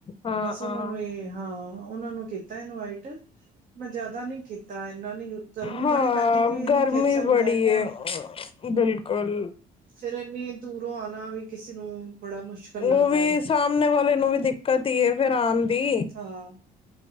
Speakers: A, on the left; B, on the right.
A: ਹਾਂ
B: ਬਸ
A: ਹਾਂ।
B: ਉਹਨਾਂ ਨੂੰ ਇਹ ਹਾਂ ਉਹਨਾਂ ਨੂੰ ਕੀਤਾ ਇਨਵਾਈਟ, ਮੈਂ ਜਿਆਦਾ ਨੀ ਕੀਤਾ ਤਾਂ ਇੰਨਾ ਨੀ ਗਰਮੀ
A: ਹਾਂ
B: ਬੜੀ ਪੈਂਦੀ ਵੀ ਇੰਨੀ
A: ਗਰਮੀ
B: ਖੇਚਲ
A: ਬੜੀ
B: ਮੈਂ ਕਿਹਾ
A: ਏ ਬਿਲਕੁਲ।
B: ਫਫਿਰ੍ਰ ਇਨੀ ਉ ਆਣਾ ਵੀ ਕਿਸੇ ਨੂੰ ਮੁਸ਼ਕਿਲ
A: ਉਹ
B: ਲੱਗਦਾ
A: ਵੀ
B: ਏ
A: ਸਾਹਮਣੇ ਵਾਲੇ ਨੂੰ ਵੀ ਦਿੱਕਤ ਹੀ ਏ ਫਿਰ ਆਣ ਦੀ
B: ਹਾਂ